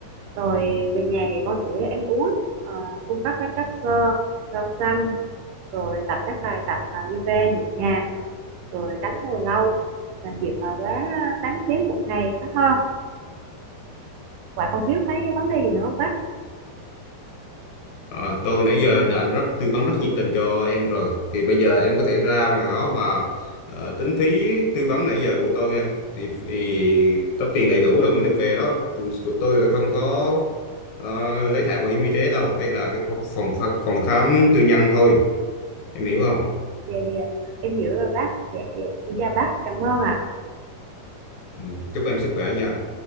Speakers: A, on the right; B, on the left.
A: Rồi về nhà thì con sẽ ăn uống, à, cung cấp các chất xơ, rau xanh, rồi tập các bài tập à, yoga nhẹ nhàng, rồi tránh ngồi lâu, làm việc mà quá 8 tiếng một ngày đó ha. Vậy con thiếu cái vấn đề gì nữa không bác?
B: Ờ, tôi nãy giờ đã rất tư vấn rất nhiệt tình cho em rồi thì bây giờ em có thể ra ngoài đó và ờ, tính phí tư vấn nãy giờ của tôi nha thì, thì đóng tiền đầy đủ rồi mới được về đó tôi, của tôi là không có ờ, lấy thẻ bảo hiểm y tế đâu đây là cái phòng phòng phòng khám tư nhân thôi em hiểu không
A: dạ dạ em hiểu rồi bác dạ dạ em chào bác em cảm ơn ạ
B: ừ. chúc em sức khỏe nha